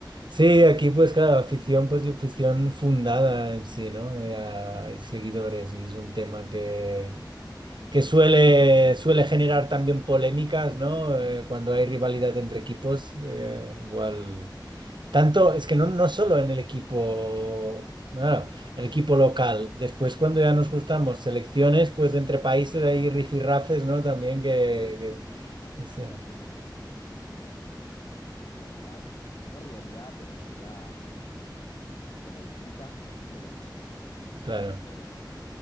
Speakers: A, on the right (about 75°); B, on the left (about 60°).
A: Sí, aquí pues claro, afición, pues y afición fundada en sí, ¿no? Eh, Hay seguidores y es un tema que, que suele, suele generar también polémicas, ¿no? Eh, cuando hay rivalidad entre equipos, eh, igual. Tanto, es que no, no solo en el equipo, claro, el equipo local. Después cuando ya nos gustamos selecciones, pues entre países hay rifirrafes, ¿no? También que,
B: Sí, sí, sí. Argentina
A: que- que se-
B: tiene, Argentina tiene eh, rivalidad, no rivalidad, pero en realidad eh, como, como disputas, por ejemplo, con México.
A: claro,
B: Eh,